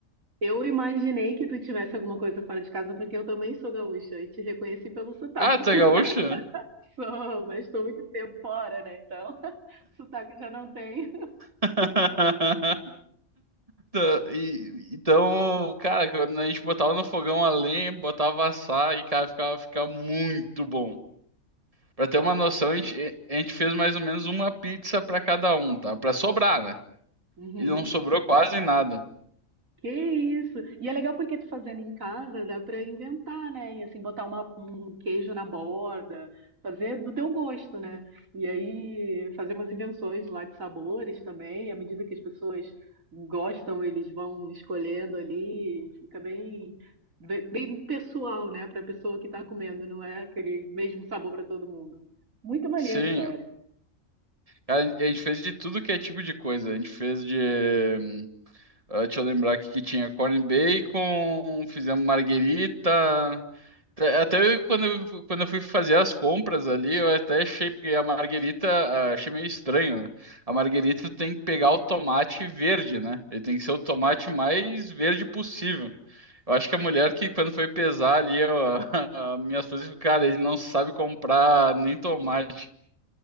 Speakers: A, on the right; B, on the right.
A: Eu imaginei que tu tivesse alguma coisa fora de casa, porque eu também sou gaúcha e te reconheci pelo sotaque.
B: Ah, tu
A: <laughs>
B: é gaúcho?
A: Sou, mas estou muito tempo fora, né? Então, <laughs> sotaque já não tenho.
B: <laughs> Então, e- então, cara, quando a gente botava no fogão a lenha, botava assar e, cara, ficava, ficava muito bom. Pra ter
A: Ai,
B: uma noção, a gente, a gente fez mais ou menos uma pizza pra cada um, tá? Pra sobrar, né?
A: uhum.
B: E não sobrou quase nada.
A: Que isso! E é legal porque tu fazendo em casa, dá pra inventar, né? E assim, botar uma- um um queijo na borda, fazer do teu gosto, né? E aí, fazer umas invenções lá de sabores também, à medida que as pessoas gostam, eles vão escolhendo ali, fica bem, bem, bem pessoal, né? Pra pessoa que tá comendo, não é aquele mesmo sabor pra todo mundo. Muito maneiro,
B: Sim,
A: cara.
B: cara, a gente fez de tudo que é tipo de coisa. A gente fez de. hum, ah, Deixa eu lembrar aqui que tinha corn bacon, fizemos marguerita, É, Até eu- quando eu, quando eu fui fazer as compras ali, eu até achei, porque a Marguerita, ah, achei meio estranho. né? A Marguerita tem que pegar o tomate verde, né? Ele tem que ser o tomate mais verde possível. Eu acho que a mulher que, quando foi pesar ali, eu, a, <laughs> a minha esposa disse, <laughs> cara, ele não sabe comprar nem tomate,